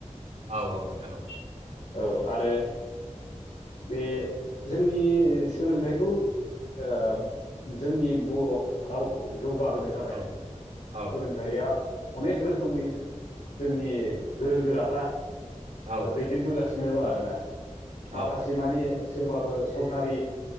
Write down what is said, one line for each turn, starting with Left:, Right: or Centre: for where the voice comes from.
Right: औ औ नोंथां। औ
Left: औ आरो बे जोंनि सोलोंथाइखौ ओ जोंनि बर' रावखौ जौगाहोनो थाखाय
Right: औ औ औ
Left: सोलोंथाइया अनेक रोखोमै जोंनि
Right: उम
Left: गोरों गोराफ्रा
Right: औ
Left: ओ दैदेनबोगासिनो
Right: नोंथां
Left: दं आरोना। माखासे
Right: औ औ नोंथां
Left: माने सोरबाफोर सरखारि